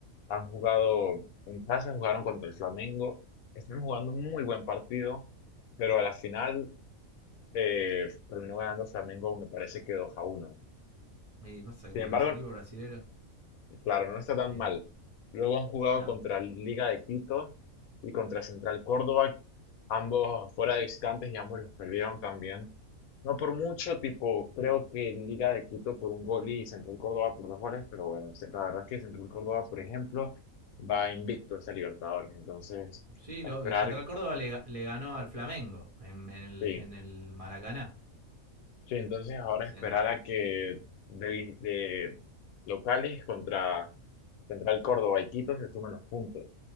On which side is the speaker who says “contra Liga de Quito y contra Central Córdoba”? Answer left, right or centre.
Left